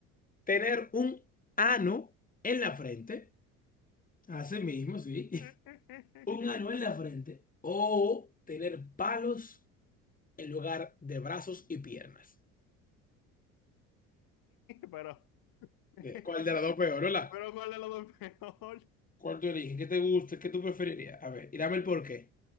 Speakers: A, on the left; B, on the left.
A: tener un ano en la frente, así mismo, sí,
B: <laughs>
A: <laughs> un ano en la frente, o tener palos en lugar de brazos y piernas.
B: Pero, <laughs>
A: Eh, ¿Cuál de las dos peor, hola?
B: pero ¿cuál de los dos es peor?
A: ¿Cuál te origen? ¿Qué te gusta? ¿Qué tú preferirías? A ver, y dame el porqué.